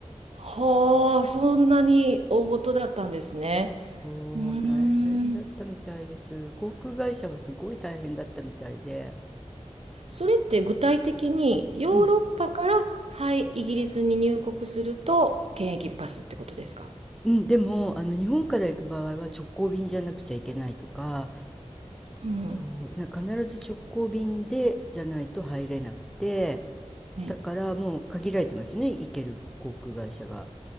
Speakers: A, on the right (about 60°); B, in the centre.
A: あ、はあ、そんなに大事だったんですね。
B: おー、
A: うーん。
B: 大変だったみたいです。航空会社はすごい大変だったみたいで。
A: それって具体的にヨーロッパから、
B: うん。
A: はい、イギリスに入国すると検疫パスってことですか
B: うん、でも、あの、日本から行く場合は直行便じゃなくちゃいけないとか、
A: うん。
B: そう、なんか必ず直行便でじゃないと入れなくて、
A: はい。
B: だからもう限られてますよね、行ける航空会社が。